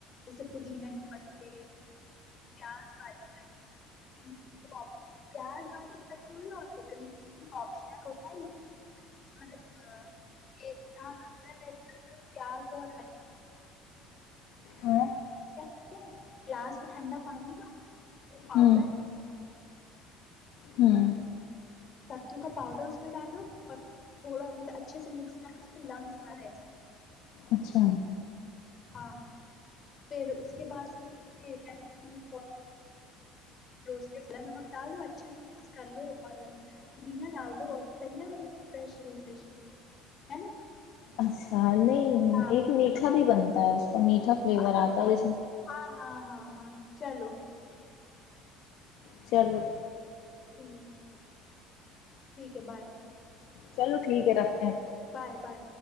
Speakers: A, on the left; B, on the left.
A: پ پودینہ کے پتےب پیاز باریک کٹی چ پیاز باریک کٹی ہوئی ہے اور کرم چلی آپشنل ہوتا ہے لیکن مطلب یہر رہتے ہیں پیاز اور ہری
B: ہاں
A: کیا کرتے ہیں گلاس میں ٹھنڈا پانی نہ وہ پاؤڈر
B: ہوں
A: ہے
B: ہوں
A: ستو کا پاؤڈر اس میں ڈالو اور تھوڑا مطلب اچھے سے مکس کر لو اس میں لمس نہ رہ جائے
B: اچھا
A: ہاں پھر اس کے بعد پھر لین روٹی نمک ڈال دو اچھے سے مکس کر لو اور دینا ڈال دو اور تیار ہے فریش ری فریش ہے نا
B: اچھا نہیں
A: ہاں
B: ایک مٹ بھی بنتا ہے اس میٹھا فلیور
A: ہاں
B: آتا ہے جس میں
A: ہاں ہاں ہاں ہاں چلو
B: چلو
A: ہ ٹھیک ہے بائے
B: چلو ٹھیک ہے رکھ
A: بائے بائے